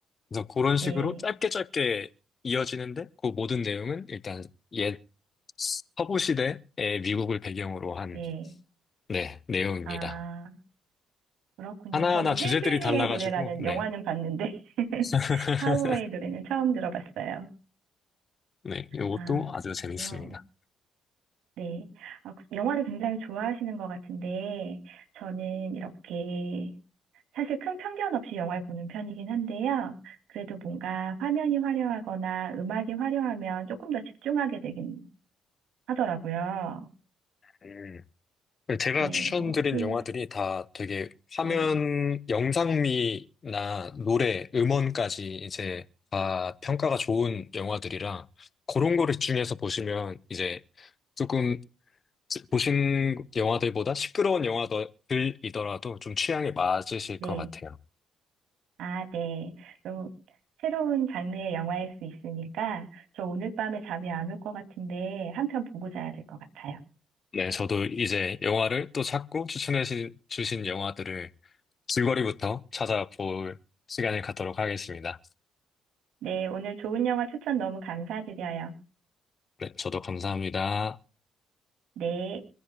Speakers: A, on the left; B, on the right.
A: 그래서 그런 식으로
B: 네,
A: 짧게 짧게 이어지는데 그 모든 내용은 일단 옛 서부 시대의 미국을 배경으로 한
B: 네, 네.
A: 네, 내용입니다.
B: 아, 그렇군요.
A: 하나하나
B: 저는
A: 주제들이
B: 힐빌리의
A: 달라가지고
B: 노래라는
A: 네.
B: 영화는 봤는데, <laughs>
A: <laughs>
B: 카우보이의 노래는 처음 들어봤어요.
A: 네, 이것도
B: 아,
A: 아주
B: 그렇군요.
A: 재밌습니다.
B: 네. 아, 그- 영화를 굉장히 좋아하시는 것 같은데, 저는 이렇게, 사실 큰 편견 없이 영화를 보는 편이긴 한데요. 그래도 뭔가 화면이 화려하거나 음악이 화려하면 조금 더 집중하게 되긴 하더라고요.
A: 음. 제가
B: 네.
A: 추천드린
B: 그래서 혹시,
A: 영화들이 다 되게 화면,
B: 네,
A: 영상미나 노래, 음원까지 이제 다 평가가 좋은 영화들이라 그런 거를 집중해서 보시면 이제 조금 보신 영화들보다 시끄러운 영화들이더라도 좀 취향에 맞으실
B: 네.
A: 것 같아요.
B: 아, 네. 또, 새로운 장르의 영화일 수 있으니까, 저 오늘 밤에 잠이 안 올 것 같은데, 한편 보고 자야 될 것 같아요.
A: 네, 저도 이제 영화를 또 찾고 추천해 주- 주신 영화들을 줄거리부터 찾아볼 시간을 갖도록 하겠습니다.
B: 네. 오늘 좋은 영화 추천 너무 감사드려요.
A: 네, 저도 감사합니다.
B: 네.